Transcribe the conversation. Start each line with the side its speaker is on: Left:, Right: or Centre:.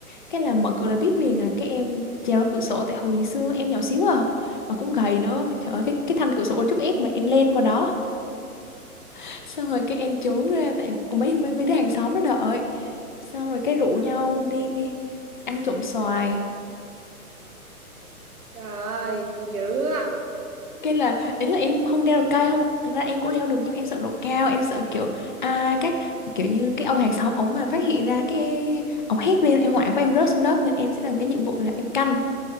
Left: cái là mở cửa là biết liền à cái em trèo ra cửa sổ tại hồi xưa em nhỏ xíu à mà cũng gầy nữa trời ơi cái cái thanh cửa sổ có chút ép mà em lên qua đó <laughs> xong rồi cái em trốn ra tại có mấy mấy mấy đứa hàng xóm nó đợi xong rồi cái rủ
Right: Ờ,
Left: nhau đi ăn trộm xoài
Right: trời ơi, dữ á.
Left: cái là ý là em không leo được cây không thực ra em cũng leo được nhưng em sợ độ cao em sợ kiểu à các kiểu như cái ông hàng xóm ống mà phát hiện ra cái ông hét lên em hoảng quá em rớt xuống đất nên em sẽ làm cái nhiệm vụ là em canh